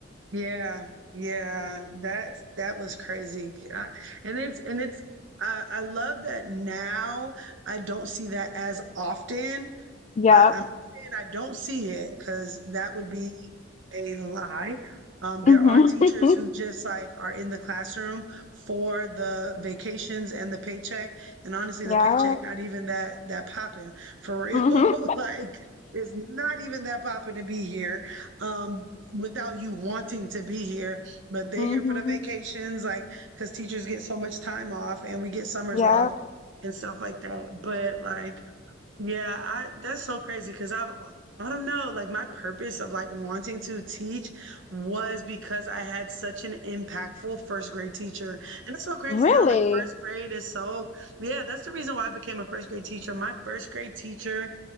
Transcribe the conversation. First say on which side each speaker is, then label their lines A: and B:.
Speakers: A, on the right (about 70°); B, on the left (about 35°).
A: Yeah, yeah, that that was crazy. I, and it's and it's I, I love that now I don't see that as often
B: Yep.
A: I, I'm not saying I don't see it because that would be a lie. Um, there
B: Mhm.
A: are
B: <laughs>
A: teachers who just like are in the classroom for the vacations and the paycheck, and honestly,
B: Yeah.
A: the paycheck not even that that popping for real.
B: Mhm.
A: <laughs> like, it's not even that popping to be here, um, without you wanting to be here. But they're
B: Mhm.
A: here for the vacations, like because teachers get so much time off, and we get summers
B: Yeah.
A: off and stuff like that. But like yeah, I that's so crazy because I've I don't know, like my purpose of like wanting to teach was because I had such an impactful first grade teacher. And it's so crazy
B: Really?
A: how like first grade is so yeah, that's the reason why I became a first grade teacher. My first grade teacher,